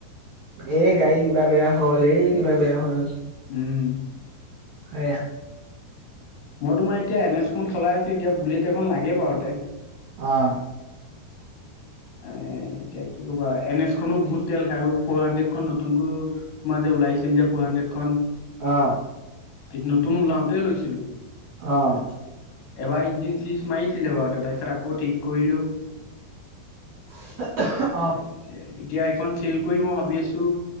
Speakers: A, on the right; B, on the left.
A: এই গাড়ী কিবা বেয়া হ'ল, এ কিবা বেন হ'ল
B: উম।
A: হেয়া
B: মই তোমাৰ এতিয়া এন এছ খন চলাই আছো, এতিয়া বুলেট এখন লাগে বাৰুকে
A: আ'।
B: এ এতিয়া কি ক'বা এন এছখনো বহুত তেল খাই আৰু ফ'ৰ হাণ্ড্ৰেড খ নতুনকৈ তোমাৰ যে লাইছিল যে ফ'ৰ হাণ্ড্ৰেডখন।
A: আ।
B: <inaudible> নতুন ওলাওতে লৈছিলো।
A: অঁ
B: এবাৰ ইঞ্জিন চিচ মাৰিছিলে বাৰুতে তাৰপিছত আকৌ ঠিক কৰিলোঁ।
A: <unintelligible>
B: সে তেতিয়াই। এতিয়া এইখন থিল কৰি মই ভাবি আছো